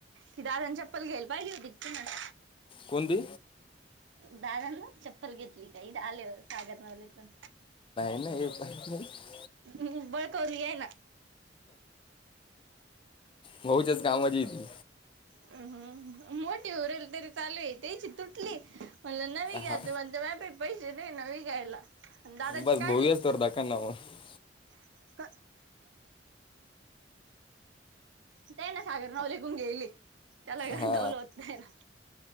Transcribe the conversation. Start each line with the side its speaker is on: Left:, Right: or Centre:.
Right: ती दादांनी चप्पल घ्यायला पाहिली होती तुम्हाला
Left: कोणती.
Right: दादाांना चप्पल घेतली का इढ आलेवर सागर नवलेकूण.
Left: आणि हे पाहि नाही <unintelligible>
Right: हूं बळकवली यान.
Left: महुच्याच कामची ती
Right: हूं हूं मोठीे उरेल तरी चालू आहे, त्याची तुटली. नवी घ्यायची
Left: हा
Right: म्हणते माझ्या कड पैसे नाही नवी घ्यायला न दादाची
Left: बस
Right: काढली
Left: भाऊ असतो दाखवा ना मग
Right: <unintelligible> ह ते ना सागर नवजिकून घेईल ये <unintelligible> त्याला गंडवल
Left: हा
Right: होत त्यानं.